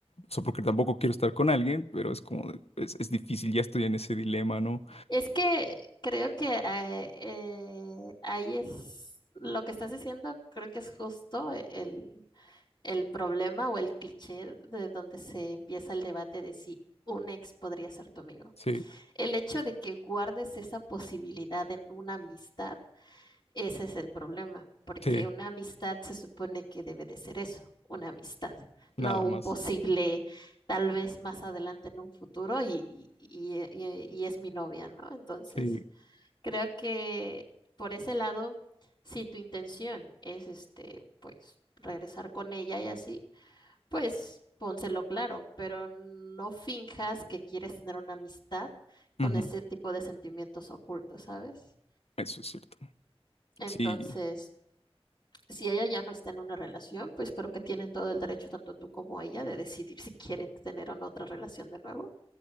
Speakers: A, on the left (about 80°); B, on the left (about 50°).
A: O sea, porque tampoco quiero estar con alguien, pero es como, es, es difícil, ya estoy en ese dilema, ¿no?
B: Es que creo que eh, eh, ahí es lo que estás diciendo, creo que es justo el, el problema o el cliché de donde se empieza el debate de si un ex podría ser tu amigo.
A: Sí.
B: El hecho de que guardes esa posibilidad en una amistad, ese es el problema, porque
A: Sí,
B: una amistad se supone que debe de ser eso, una amistad, no
A: nada
B: un
A: más.
B: posible, tal vez más adelante en un futuro y, y- y- eh, y- y es mi novia, ¿no? Entonces,
A: Sí,
B: creo que por ese lado, si tu intención es este, pues regresar con ella y así, pues pónselo claro, pero no finjas que quieres tener una amistad con
A: ujú,
B: ese tipo de sentimientos ocultos, ¿sabes?
A: Eso es cierto.
B: Entonces,
A: Sí,
B: si ella ya no está en una relación, pues creo que tienen todo el derecho, tanto tú como ella, de decidir si quieren tener o no otra relación de nuevo.